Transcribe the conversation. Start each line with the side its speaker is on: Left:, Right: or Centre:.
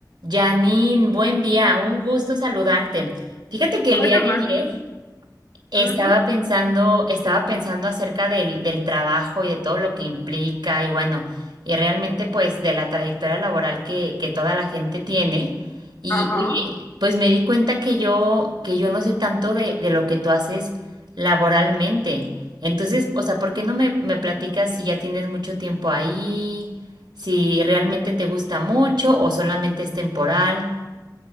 Right: Janine, buen día, un gusto saludarte. Fíjate que el
Left: Hola,
Right: día de
Left: Marta.
Right: ayer estaba
Left: Ujú,
Right: pensando, estaba pensando acerca del, del trabajo y de todo lo que implica y bueno, y realmente pues de la trayectoria laboral que, que toda la gente tiene. Y
Left: Ajá.
Right: oye, pues me di cuenta que yo, que yo no sé tanto de, de lo que tú haces laboralmente. Entonces, o sea, ¿por qué no me, me platicas si ya tienes mucho tiempo ahí, si realmente te gusta mucho o solamente es temporal?